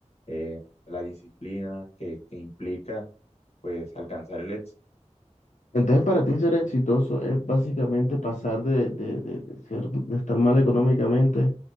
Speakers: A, on the left; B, on the left.
A: eh, la disciplina que, que implica pues alcanzar el éxito.
B: Entonces, para ti ser exitoso es básicamente pasar de, de, de, de ser, de estar mal económicamente